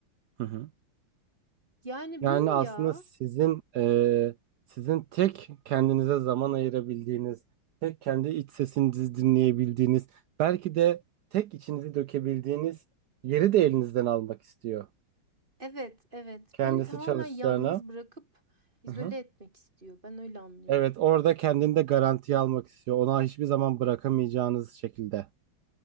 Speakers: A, on the right (about 75°); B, on the right (about 20°).
A: Hı hı.
B: Yani
A: Yani
B: bu mu
A: aslında
B: ya?
A: sizin e, sizin tek kendinize zaman ayırabildiğiniz, tek kendi iç sesinizi dinleyebildiğiniz, belki de tek içinizi dökebildiğiniz yeri de elinizden almak istiyor.
B: Evet, evet.
A: Kendisi
B: Beni tamamen
A: çalışacağına.
B: yalnız bırakıp izole
A: Aha.
B: etmek istiyor. Ben öyle anlıyorum.
A: Evet, orada kendini de garantiye almak istiyor. Ona hiçbir zaman bırakamayacağınız şekilde.